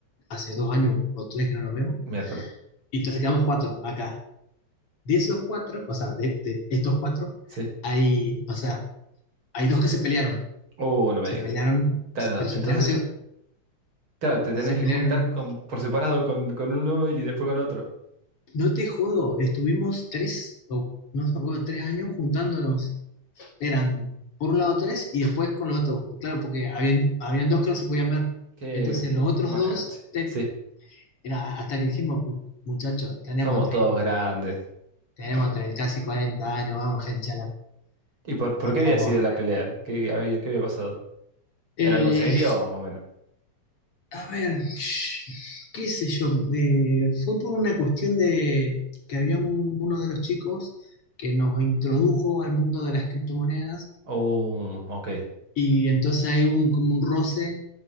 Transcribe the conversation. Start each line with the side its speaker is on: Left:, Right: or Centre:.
Left: hace dos años o tres que no nos vemos.
Right: miércoles,
Left: Y entonces quedamos cuatro acá. De esos cuatro, o sea, de, de estos cuatro,
Right: sí.
Left: hay, o sea, hay dos que se pelearon.
Right: Oh, no me
Left: Se
Right: digas.
Left: pelearon,
Right: Claro,
Left: pero se
Right: entonces...
Left: pelearon, se,
Right: Claro, te
Left: se
Right: tenés que
Left: pelearon
Right: juntar con, por separado con, con uno y después con otro.
Left: No te jodo, estuvimos tres, o no me acuerdo, tres años juntándonos. Eran por un lado tres y después con los otros. Claro, porque habían, habían dos que no se podían ver.
Right: Qué
Left: Entonces los otros
Right: vacancia.
Left: dos, te-
Right: Sí, Sí,
Left: era hasta que dijimos, muchachos, tenemos
Right: somos
Left: 30,
Right: todos grandes.
Left: tenemos 30, casi 40 años, vamos, gente, a la-
Right: ¿Y por, por
Left: por
Right: qué había
Left: favor.
Right: sido la pelea? ¿Qué había, qué había pasado?
Left: Eh,
Right: ¿Era algo serio o más o menos?
Left: a ver, qué sé yo, eh, fue por una cuestión de que había un- uno de los chicos que nos introdujo al mundo de las criptomonedas
Right: Oh, ok.
Left: Y entonces hay un, como un roce,